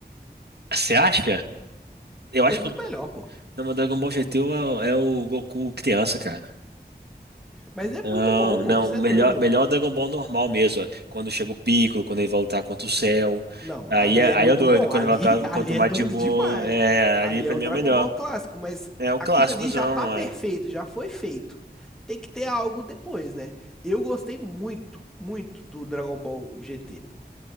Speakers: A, on the right; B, in the centre.
A: você acha? Eu
B: Muito
A: acho que.
B: melhor, pô.
A: Não, mas Dragon Ball GT é, o é o Goku criança, cara.
B: Mas é
A: Não,
B: muito bom, pô.
A: não,
B: Você é
A: melhor,
B: doido.
A: melhor Dragon Ball normal mesmo. ó. Quando chega o Piccolo, quando ele vai lutar contra o Cell.
B: Não,
A: Aí
B: ali
A: é,
B: é
A: aí
B: muito
A: é doido,
B: bom.
A: quando
B: Ali,
A: ele vai
B: <laughs> ali
A: contra o
B: é
A: Majin
B: doido
A: Buu,
B: demais.
A: é, ali
B: Ali
A: pra
B: é o
A: mim
B: Dragon
A: é o melhor.
B: Ball clássico, mas
A: É o
B: aquilo
A: clássicozão,
B: ali já tá perfeito,
A: é.
B: já foi feito. Tem que ter algo depois, né? Eu gostei muito, muito do Dragon Ball GT, pô.